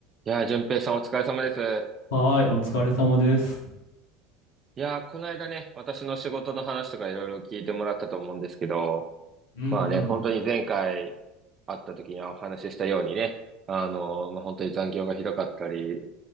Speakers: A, on the right; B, on the left.
A: いやー、淳平さんお疲れ様です。
B: はーい、お疲れ様です。
A: いやー、この間ね、私の仕事の話とかいろいろ聞いてもらったと思うんですけど、
B: うん
A: まあね、本当に前回会った時にお話ししたようにね、あのーまあ、本当に残業がひどかったり、